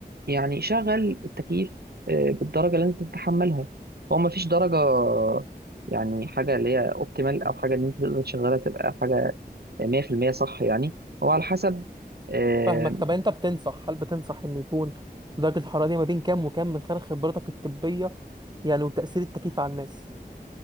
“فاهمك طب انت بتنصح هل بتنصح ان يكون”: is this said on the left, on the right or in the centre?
Right